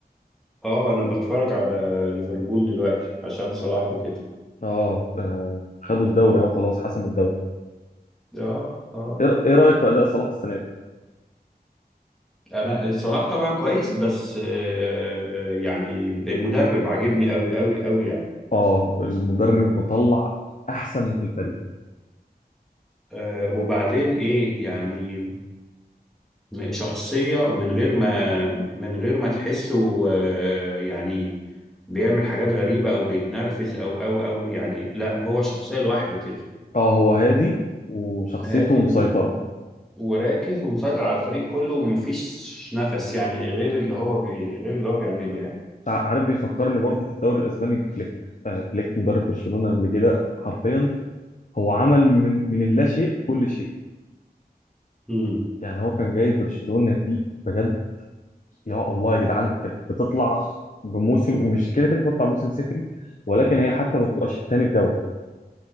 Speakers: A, in the centre; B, on the left.
A: اه انا بتفرج على ليفربول دلوقتي عشان صلاح وكده
B: اه آه، خدوا الدوري اهو خلاص حسموا الدوري
A: اه اه
B: ايه ر- إيه رايك في اداء صلاح السنه دي
A: انا الصلاح طبعا كويس بس آه، آه، يعني المدرب عاجبني قوي قوي قوي يعني
B: اه المدرب مطلع احسن ما في الفريق
A: آه، وبعدين ايه يعني م- شخصية من غير ما من غير ما تحسه آه، يعني بيعمل حاجات غريبة او بيتنرفز او او او يعني لا هو شخصية لوحده كده
B: اه هو هادي وشخصيته
A: هادي
B: مسيطره
A: و- وراكز ومسيطر على الفريق كله ومفيش نفس يعني غير اللي هو بي غير اللي هو بيعمله يعني
B: تع- عارف بيفكرني برضه في الدوري الاسباني بفليك آه، فليك مدرب برشلونه اللي جه ده حرفيا هو عمل من من اللا شيء كل شيء
A: امم
B: يعني هو كان جاي برشلونه دي بجد يا الله يا جدعان كانت بتطلع بموسم مش كده كده بتطلع موسم صفري ولكن هي حتى ما بتبقاش التاني الدوري